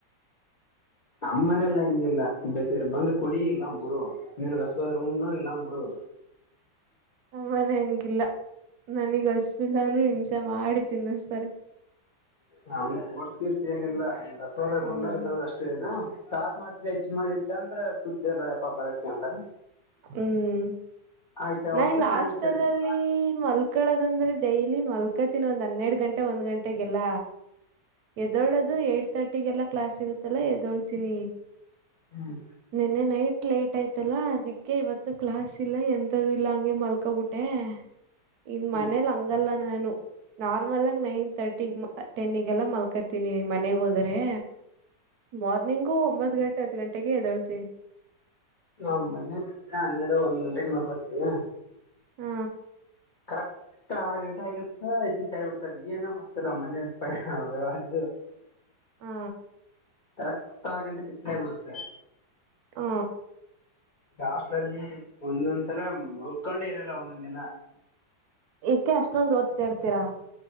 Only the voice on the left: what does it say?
ನಮ್ಮ ಮನೆಲ್ಲಾ ಹಂಗಿಲ್ಲ ಬೇಕಿದ್ರ ಬಂದ ಕುಡಿ ಇಲ್ಲಾ ಬುಡು ನಿನಗ ಅಶುವು ಆದ್ರ ಉಣ್ಣು ಇಲ್ಲಾ ಬುಡು.
ನ ಫೋರ್ಸ್ ಗೀರ್ಸ್ ಏನಿಲ್ಲ ನಿನಗ ಹಾಸ್ವದಾಗ
ಉಣ್ಣು ಇಲ್ಲಾ ಅಷ್ಟೇನ. ತಾಟ್ ಮಾತ್ ಹೆಚ್ಚ ಮಾಡಿ ಇಟ್ಟ ಅಂದ್ರ ಸುದ್ದಿ ಇರ್ಲ್ನಡಪ್ಪ ಬರ್ತೀನಿ ಅಂತಾರ.
ಆಯ್ತವ
ಅಂತೇಶ್
ನಾನು ಚೆಲ್ಬೇಕು
ಹ್ಮ್
ಹ್ಮ್
ನಾವು ಮನೇ ಅಲ್ಲಿ ಇದ್ರೆ ಹನ್ನೆರಡು ಒಂದ್ ಗಂಟೆಗೆ ಮಲ್ಕೋತೀವಿ.
ಕರ್ ಕ್ಟಾಗಿ ಆರು ಗಂಟೆ ಆಗಿರ್ತಾ ಹೆಚ್ಚಿರ್ಕ್ಕೆ ಆಗಿಬಿಡ್ತಾ ಏನೋ ಗೊತ್ತಿಲ್ಲ ಮನ್ಯ. <unintelligible>
ಕರೆಕ್ಟ್ ಆರು ಗಂಟೆಗೆ ಹೆಚ್ಚರಾಗಿಬಿಡುತ್ತಾ.
ಹಾಸ್ಟೆಲಲ್ಲಿ ಒಂದೊಂದ್ಸರ ಮಲ್ಕೊಂಡೆ ಇರಲ್ಲ ಒಂದೊಂದ್ ದಿನ.